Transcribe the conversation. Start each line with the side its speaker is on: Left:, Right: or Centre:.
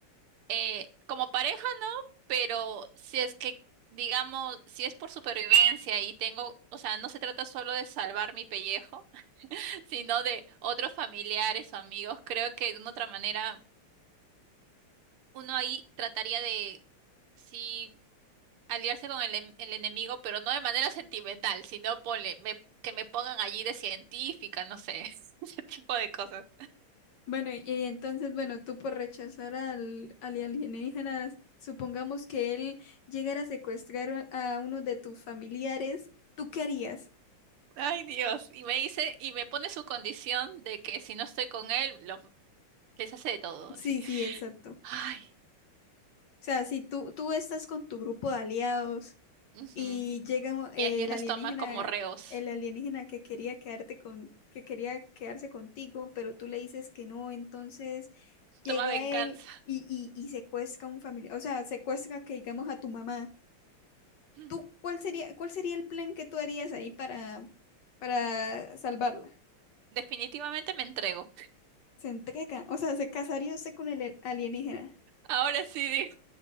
Right: Eh, como pareja, no, pero si es que, digamos, si es por supervivencia y tengo, o sea, no se trata solo de salvar mi pellejo, <laughs> sino de otros familiares o amigos, creo que de una otra manera uno ahí trataría de, si aliarse con el, en- el enemigo, pero no de manera sentimental, sino ponle, me, que me pongan allí de científica, no sé, <laughs> ese tipo de cosas.
Left: Bueno, y y entonces, bueno, tú por rechazar al, al alienígena, supongamos que él llegara a secuestrar a a uno de tus familiares, ¿tú qué harías?
Right: Ay, Dios. Y me dice, y me pone su condición de que si no estoy con él, los, les hace de todo,
Left: Sí,
Right: así.
Left: sí, exacto. O
Right: Ay.
Left: sea, si tú, tú estás con tu grupo de aliados
Right: ujú.
Left: y llega un- eh,
Right: Y ellos
Left: el
Right: los
Left: alienígena,
Right: toma como reos.
Left: el alienígena que quería quedarte con, que quería quedarse contigo, pero tú le dices que no, entonces llega
Right: Toma venganza.
Left: él y, y, y secuestra a un familiar, o sea, secuestra que digamos a tu mamá.
Right: Mm.
Left: ¿Tú cuál sería, cuál sería el plan que tú harías ahí para, para salvarla?
Right: Definitivamente me entrego.
Left: Se entrega, o sea, se casaría usted con el alienígena.
Right: Ahora sí,